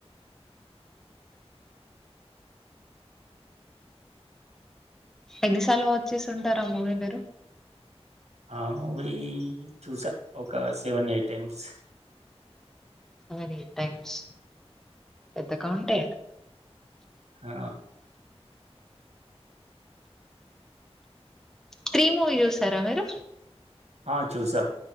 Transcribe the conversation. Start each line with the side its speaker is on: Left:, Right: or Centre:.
Centre: ఎన్ని సార్లు వాచ్చ్ చేసి ఉంటారా మూవీ మీరు
Right: ఆ మూవీ చూసా ఒక seven eight times
Centre: seven eight times పెద్ద కౌంటే
Right: ఆ
Centre: త్రీమువీ చూసారా మీరు
Right: ఆ చూసా